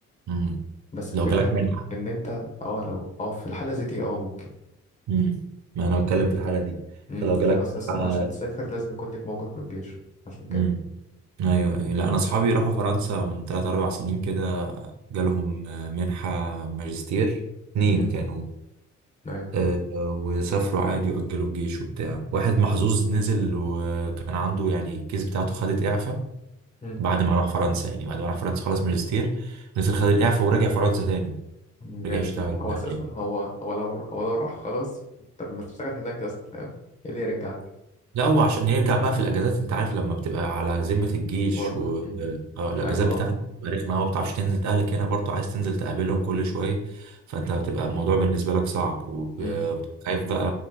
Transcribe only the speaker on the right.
امم
لو جالك
منحة
امم ما انا بتكلم في الحالة دي
انت لو جالك
منحة
امم ايوه ايوه لا انا اصحابي راحوا فرنسا من 3 4 سنين كده جالهم آه، منحة ماجستير اتنين
كانوا
آه، وسافروا عادي واجلوا الجيش وبتاع واحد محظوظ نزل وكان عنده يعني الكيس بتاعته خدت اعفاء
بعد ما راح فرنسا يعني بعد ما راح فرنسا خلص ماجستير نزل خد الإعفاء ورجع فرنسا تاني
رجع يشتغل
بقى
هناك
لا هو عشان يرجع بقى في الأجازات أنت عارف لما بتبقى على ذمة الجيش
و
آه الأجازات
بتاعتك
بتبقى رخمة أوي ما بتعرفش تنزل أهلك هنا برضه عايز تنزل تقابلهم كل شوية فأنت بتبقى الموضوع بالنسبة لك صعب وخايف
بقى